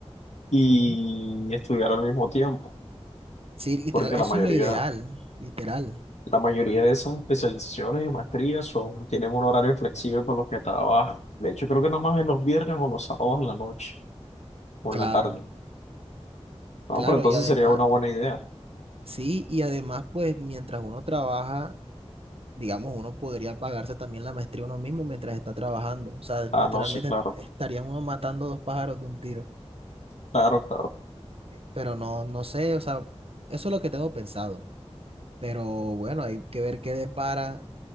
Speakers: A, on the left; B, on the right.
A: y
B: Ujú.
A: estudiar al mismo tiempo,
B: Sí, literal,
A: porque
B: eso
A: la mayoría,
B: es lo ideal, literal.
A: la mayoría de esas especializaciones y maestrías son, tienen un horario flexible por los que trabajan. De hecho, creo que nada más en los viernes o los sábados en la noche o en
B: Claro,
A: la tarde. No,
B: claro,
A: pero entonces
B: y además,
A: sería una buena idea.
B: Sí, y además, pues mientras uno trabaja, digamos, uno podría pagarse también la maestría uno mismo mientras está trabajando. O sea, literalmente
A: Ah, no, sí, claro,
B: est- estarían uno matando dos pájaros de un tiro.
A: claro, claro.
B: Pero no, no sé, o sea, eso es lo que tengo pensado. Pero bueno, hay que ver qué depara.